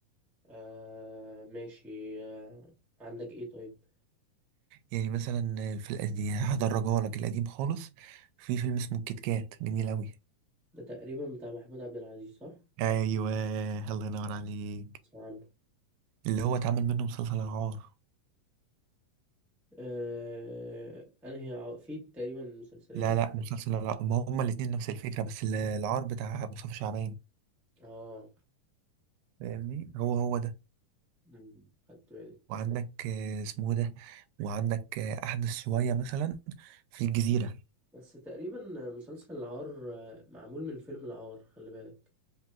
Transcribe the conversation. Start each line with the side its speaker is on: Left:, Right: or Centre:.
Centre: آه ماشي آه عندك ايه طيب
Right: يعني مثلا في القديم هدرجها لك القديم خالص في فيلم اسمه الكيت كات جميل اوي
Centre: ده تقريبا بتاع محمود عبد العزيز صح
Right: ايوه الله ينور عليك
Centre: اسمع عنه
Right: اللي هو اتعمل منه مسلسل العار
Centre: آه انا هي في تقريبا مسلسلين
Right: لا
Centre: أو-
Right: لا مسلسل العار ما هما الاتنين نفس الفكرة بس ال- العار بتاع مصطفى شعبان
Centre: اه
Right: فاهمني هو هو ده
Centre: مم، خدت بالي
Right: وعندك آه، اسمه ده وعندك آه، أحدث شوية مثلا في الجزيرة
Centre: بس تقريبا مسلسل العار آه، معمول من فيلم العار خلي بالك